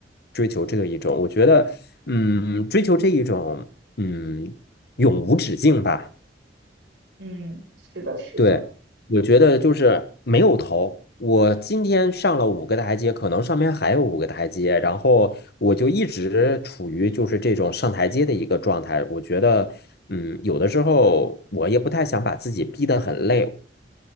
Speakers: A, on the left; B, on the right.
A: 追求这一种，我觉得嗯，追求这一种嗯永无止境吧。
B: 嗯，是的，是的。
A: 对，我觉得就是没有头。我今天上了五个台阶，可能上面还有五个台阶，然后我就一直处于就是这种上台阶的一个状态。我觉得，嗯，有的时候我也不太想把自己逼得很累。